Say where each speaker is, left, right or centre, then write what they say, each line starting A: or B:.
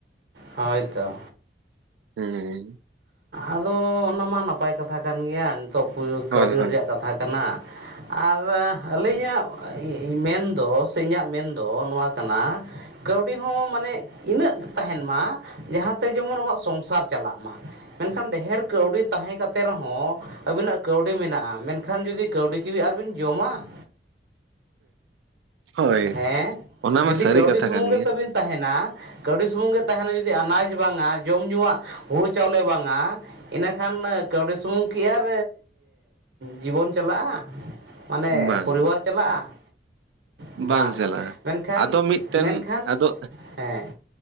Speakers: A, on the right (about 70°); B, on the right (about 90°).
A: ᱦᱳᱭ ᱛᱚ᱾
B: ᱦᱮᱸ᱾
A: ᱟᱫᱚ ᱚᱱᱟᱢᱟ ᱱᱟᱯᱟᱭ ᱠᱟᱛᱷᱟ ᱠᱟᱱ ᱜᱮᱭᱟ ᱱᱤᱛᱚᱜ
B: ᱦᱳᱭ
A: ᱠᱟᱹᱣᱰᱤ
B: ᱦᱳᱭ
A: ᱨᱮᱭᱟᱜ ᱠᱟᱛᱷᱟ ᱠᱟᱱᱟ᱾ ᱟᱨ ᱟᱹᱞᱤᱧᱟᱜ ᱢᱮᱱᱫᱚ ᱥᱮ ᱤᱧᱟᱹᱜ ᱢᱮᱱᱫᱚ ᱱᱚᱣᱟ ᱠᱟᱱᱟ ᱠᱟᱹᱣᱰᱤ ᱦᱚᱸ ᱢᱟᱱᱮ ᱤᱱᱟᱹᱜ ᱛᱟᱦᱮᱱ ᱢᱟ ᱡᱟᱦᱟᱸ ᱛᱮ ᱡᱮᱢᱚᱱ ᱟᱵᱚᱣᱟᱜ ᱥᱚᱝᱥᱟᱨ ᱪᱟᱞᱟᱜ᱾ ᱢᱮᱱᱠᱷᱟᱱ ᱰᱷᱮᱨ ᱠᱟᱹᱣᱰᱤ ᱛᱟᱦᱮᱸ ᱠᱟᱛᱮ ᱨᱮᱦᱚᱸ ᱟᱹᱵᱤᱱᱟᱜ ᱠᱟᱹᱣᱰᱤ ᱢᱮᱱᱟᱜᱼᱟ ᱢᱮᱱᱠᱷᱟᱱ ᱡᱩᱫᱤ ᱠᱟᱹᱣᱰᱤ ᱠᱤ ᱟᱨᱵᱤᱱ ᱡᱚᱢᱟ?
B: ᱦᱳᱭ
A: ᱦᱮᱸ
B: ᱚᱱᱟ
A: ᱡᱩᱫᱤ
B: ᱢᱟ ᱥᱟᱹᱨᱤ
A: ᱠᱟᱹᱣᱰᱤ
B: ᱠᱟᱛᱷᱟ
A: ᱥᱩᱢᱩᱝ
B: ᱠᱟᱱ
A: ᱜᱮᱛᱟᱵᱤᱱ
B: ᱜᱮᱭᱟ᱾
A: ᱛᱟᱦᱮᱱᱟ ᱠᱟᱹᱣᱰᱤ ᱥᱩᱢᱩᱝ ᱜᱮ ᱛᱟᱦᱮᱱᱟ ᱡᱩᱫᱤ ᱟᱱᱟᱡᱽ ᱵᱟᱝᱟ ᱡᱚᱢ ᱧᱩᱩᱣᱟᱜ ᱦᱩᱲᱩ ᱪᱟᱣᱞᱮ ᱵᱟᱝᱟ᱾ ᱤᱱᱟᱹᱠᱷᱟᱱ ᱠᱟᱹᱣᱰᱤ ᱥᱩᱢᱩᱝ ᱠᱤ ᱟᱨ ᱡᱤᱵᱚᱱ ᱪᱟᱞᱟᱜᱼᱟ? ᱢᱟᱱᱮ
B: ᱵᱟᱝ
A: ᱯᱚᱨᱤᱵᱟᱨ
B: ᱵᱟᱝ
A: ᱪᱟᱞᱟᱜᱼᱟ? ᱵᱟᱝᱟ
B: ᱵᱟᱝ ᱪᱟᱞᱟᱜᱼᱟ
A: ᱢᱮᱱᱠᱷᱟᱱ
B: ᱟᱫᱚ ᱢᱤᱫᱴᱮᱱ
A: ᱢᱮᱱᱠᱷᱟᱱ
B: ᱟᱫᱚ
A: ᱦᱮᱸ᱾